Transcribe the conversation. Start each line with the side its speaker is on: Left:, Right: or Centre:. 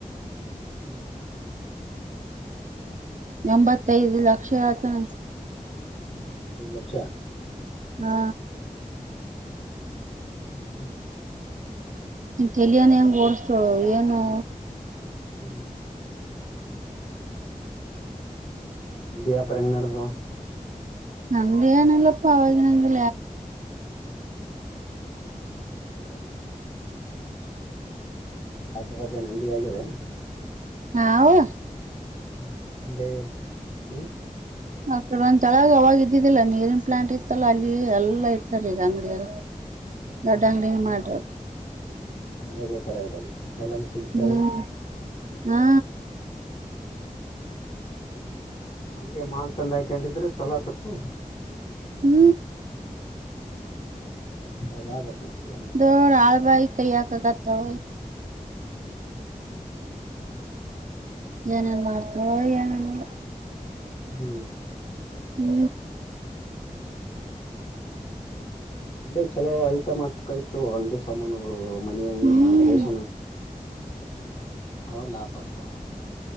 Left: ಹೂ
Right: ಎಂಬತ್ತೈದು ಲಕ್ಷ ಹೇಳ್ತನ
Left: ನಮತ್ತೈದು್ ಲಕ್ಷ
Right: ಹಾ
Left: ಹ ಹೂ ತ್ತೆ
Right: ತಲೆ ಹೆಂಗ್ ಹೊಡ್ತಾಳೋ ಏನೋ
Left: ಹೂ ವ್ಯಾಪಾರ ಹೆಂಗ್ ನಡ್ದುವ
Right: ನಂದು ಏನು ಇಲ್ಲಪ್ಪಾ ಅವಗಿನಂಗೆ
Left: ಹೂ ದಂಬಲ್ಲ ಆು ಬಜೆ ನಂಡಿ ಆಗಿದೆ
Right: ಹಾವು
Left: ಹೂ ಅ ಹೂ
Right: ಆ ಕಡೆ ಒಂದ ತಳಗ ಅವಾಗ ಇದ್ದಿದ್ದಿಲ್ಲಾ ನೀರಿನ ಪ್ಲಾಂಟ್ ಇತ್ತಲ್ಲ ಅಲ್ಲಿ ಎಲ್ಲಾ ಇಟ್ಟಾರೆ ಈಗ ಅಂಗಡಿಯಾಗ
Left: <inaudible> ಹೂ ಹೂ
Right: ದೊಡ್ಡ ಅಂಗಡಿನ ಮಾಡ್ರ
Left: ಹಂಗ ಗೋತ್ತರ ಇಲ್ಲ ಎಲ್ಲಾನ ಸಿಗ್ತಾ
Right: ಹ್ಮ್
Left: ಇದೆ
Right: ಹಾ
Left: ಹ ಹಂಗೆ ಮಾಲ್ ತಂದ್ ಹಾಕೊಂಡಿದ್ರರು ಚೊಲೋ ಆಗ್ತಿತ್ತು
Right: ಹೂ
Left: ಅವಾಗ ಬಿಡ್ತೀನಿ
Right: ದೊಡ್ ಆಳ್ಬಾಯಿ ಕೈ ಯಾಕ ಆಕತ್ತಳ
Left: ಹೂ
Right: ಏನೇನ್ ಮಾಡ್ತಾರೋ ಏನನ್ ಇಲ್ಲೋ
Left: ಹೂ
Right: ಹೂ
Left: ಅ ಚಲೋ ಐಟ್ ಹಾಕಾಯ್ತು ಅಂಗಡಿ ಸಾಮಾನು ಮನೆ ಹೆಂಗ್
Right: ಹ್ಮ್
Left: ಪೇಶ ಹ ಲಾಭತ್ತು